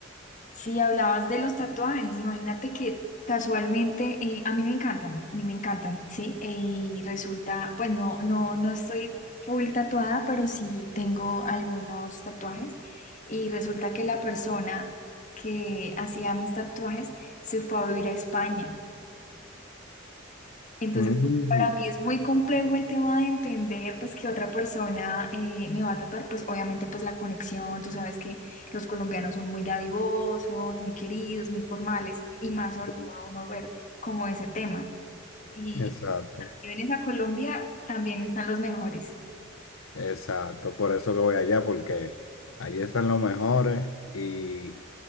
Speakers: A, on the left (about 35°); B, on the left (about 75°).
A: Si hablabas de los tatuajes, imagínate que casualmente, eh, a mí me encantan, a mí me encantan, ¿sí? Eh, Y resulta, pues no, no, no estoy full tatuada, pero sí tengo algunos tatuajes y resulta que la persona que hacía mis tatuajes se fue a vivir a España. Entonces,
B: Mm,
A: para mí es muy complejo el tema de entender, pues, que otra persona eh, me va a tratar, pues, obviamente, pues, la conexión, tú sabes que los colombianos son muy dadivosos, muy queridos, muy formales, y más
B: sí,
A: sobre todo uno ver como ese tema. Y,
B: exacto.
A: y si vienes a Colombia, también están los mejores.
B: Exacto, por eso que voy allá, porque allí están los mejores y